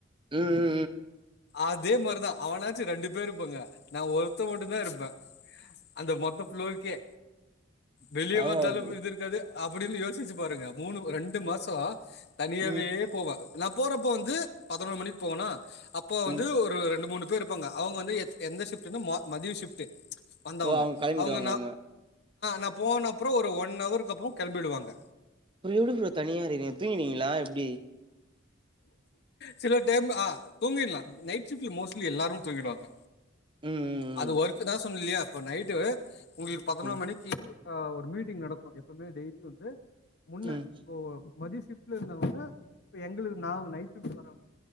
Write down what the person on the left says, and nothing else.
அதே மாரிதான் அவன்னாச்சும் ரெண்டு பேர் இருப்பாங்க நா ஒருத்த மட்டும் தா இருப்பே அந்த மொத்த ஃப்ளோருக்கே வெளிய
பாத்தாலும்
இது இருக்காது அப்டின்னு யோசிச்சு பாருங்க மூணு ரெண்டு மாசோம் தனியாவே
போவே நான் போறப்ப வந்து பதினொரு மணிக்கு போவேனா அப்போ வந்து
ஒரு ஒரு ரெண்டு மூணு பேர் இருப்பாங்க அவுங்க வந்து எந்த ஷிப்ட்னா மதிய ஷிப்ட்டு வந்தவாங்க
அவுங்க
நா போனப்றோ ஆ ஒரு ஒன் அவர் அப்றோ கெளம்பிடுவாங்க
சில டைம் ஆ தூங்கிடலா நைட்ஷிப்டு மோஸ்ட்லி எல்லாரம் தூங்கிடுவாங்க
அது ஒர்க்கு தா சொன்னது இல்லையா அப்ப நைட்டு உங்களுக்கு பதினொரு
மணிக்கு இப்ப ஒரு மீட்டிங் நடக்கும் எப்பயுமே டெய்லி வந்து முன்ன
இப்போ மதிய ஷிப்டு இருந்தாங்கன்னா இப்ப எங்களுக்கு நான் நைட்